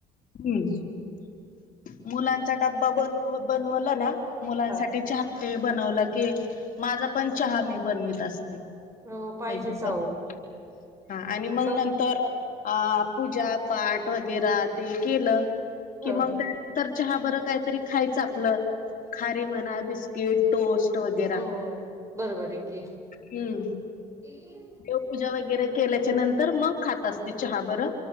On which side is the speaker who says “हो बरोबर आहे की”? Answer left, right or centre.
Right